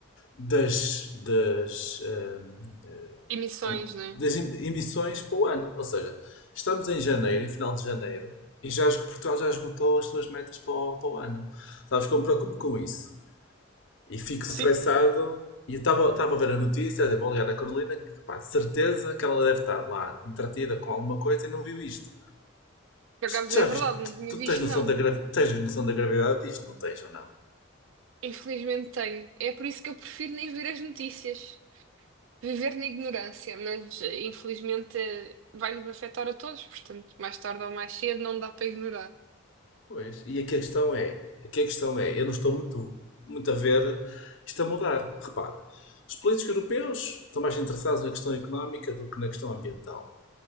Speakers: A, on the left; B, on the right.
A: das, das, hum,
B: Emissões,
A: hum,
B: não é?
A: das em- emissões para o ano. Ou seja, estamos em janeiro, em final de janeiro, e já esgo- Portugal já esgotou as suas metas para o, para o ano. Sabes que eu me preocupo com isso. E fico estressado.
B: Sim,
A: E eu estava estava a ver a notícia, a dizer, vou ligar à Carolina, que pá, de certeza que ela deve estar lá entretida com alguma coisa e não viu isto.
B: por acaso
A: Tu
B: é
A: já viste?
B: verdade, não tinha
A: Tu
B: visto,
A: tens noção
B: não.
A: da, gravi- tens noção da gravidade disto? Não tens ou não?
B: Infelizmente tenho. É por isso que eu prefiro nem ver as notícias. Viver na ignorância, mas eh, infelizmente eh, vai-nos afetar a todos, portanto, mais tarde ou mais cedo não dá para ignorar.
A: Pois. E aqui a questão é, aqui a questão é, eu não estou muito, muito a ver isto a mudar. Repara, os políticos europeus estão mais interessados na questão económica do que na questão ambiental.